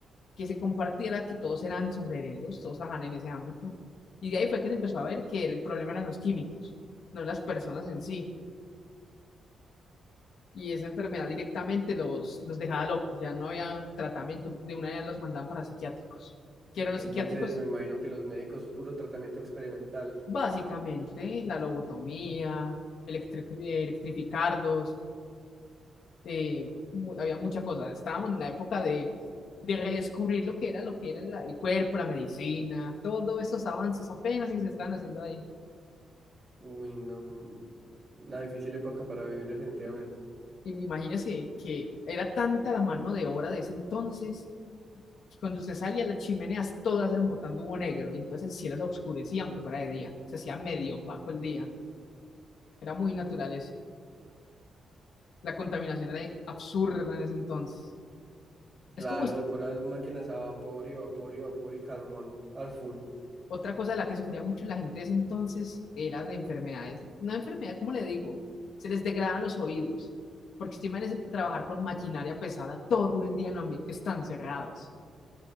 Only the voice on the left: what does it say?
que se compartiera que todos eran sombrereros, todos trabajaban en ese ámbito. Y de ahí fue que se empezó a ver que el problema eran los químicos, no las personas en sí. y esa enfermedad directamente los, los dejaba locos, ya no había tratamiento, de una vez los mandaban para psiquiátricos. ¿Qué
eran
los psiquiátricos?
Básicamente la lobotomía, electri- eh, electrificarlos, eh, mu- había mucha cosa. Estábamos en la época de, de redescubrir lo que era, lo que era la- el cuerpo, la medicina, todos esos avances apenas si se están haciendo ahí.
Y Imagínese que era tanta la mano de obra de ese entonces cuando usted salía, las chimeneas todas eran botando humo negro, y entonces el cielo se oscurecía, aunque fuera de día. Se hacía medio opaco el día. Era muy natural eso. La contaminación era absurda en ese entonces.
Es como est-
otra cosa de la que sufría mucho la gente de ese entonces era de enfermedades. Una enfermedad, ¿cómo le digo? Se les degradan los oídos, porque usted imagínese trabajar con maquinaria pesada todo el día en ambientes tan cerrados.